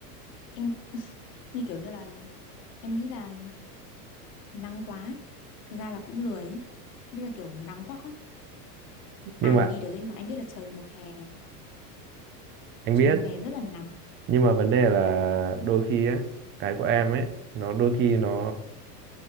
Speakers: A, on the left; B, on the right.
A: em <laughs> như kiểu như là em nghĩ là nắng quá ấy. thực ra là cũng lười ấy. như là kiểu nắng quá
B: nhưng
A: ai
B: mà
A: mà đi được ấy mà anh biết là trời mùa hè
B: anh
A: trời
B: biết
A: mùa hè rất là nắng
B: nhưng mà vấn đề là đôi khi á cái của em ấy nó đôi khi nó